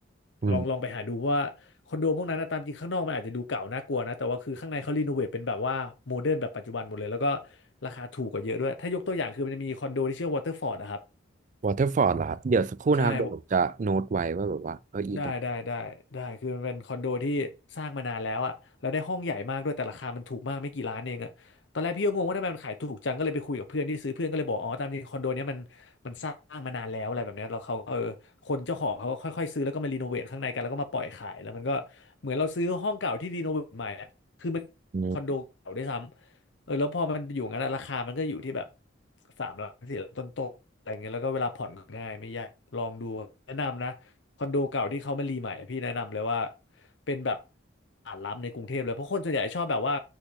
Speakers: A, on the right; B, on the left.
A: อืม
B: ลองลองไปหาดูเพราะว่าคอนโดพวกนั้นนะตามจริงข้างนอกมันอาจจะดูเก่าน่ากลัวนะแต่ว่าคือข้างในเขารีโนเวทเป็นแบบว่าโมเดิร์นแบบปัจจุบันหมดเลยแล้วก็ราคาถูกกว่าเยอะด้วยถ้ายกตัวอย่างคือมันจะมีคอนโดที่ชื่อวอเตอร์ฟอร์ดนะครับ
A: วอเตอร์ฟอร์ดล่ะครับเดี๋ยวสักครู่นะครับเดี๋ยวผมจะโน้ตไว้ว่าแบบว่าเอออีตรง
B: ใช่ ได้ได้ได้ได้คือมันเป็นคอนโดที่สร้างมานานแล้วอะแล้วได้ห้องใหญ่มากด้วยแต่ราคามันถูกมากไม่กี่ล้านเองอะตอนแรกพี่ก็งงว่าทำไมมันขายถูกจังก็เลยไปคุยกับเพื่อนที่ซื้อเพื่อนก็เลยบอกอ๋อตามจริงคอนโดเนี้ยมันมันสร้างมานานแล้วอะไรแบบเนี้ยแลเขาเออคนเจ้าของเขาก็ค่อยๆซื้อแล้วก็มารีโนเวทข้างในกันแล้วก็มาปล่อยขายแล้วมันก็เหมือนเราซื้อห้องเก่าที่รีโนเวทใหม่อะคือมันคอนโดเก่าด้วยซ้ำเออแล้วพอมันอยู่งั้นอะราคามันก็อยู่ที่แบบ
A: นี้
B: สามล้านสี่ล้านต้นๆอะไรเงี้ยแล้วก็เวลาผ่อนง่ายไม่ยากลองดูแนะนำนะ คอนโดเก่าที่เขามารีใหม่อะพี่แนะนำเลยว่าเป็นแบบตลาดรับในกรุงเทพเลยเพราะคนส่วนใหญ่ชอบแบบว่า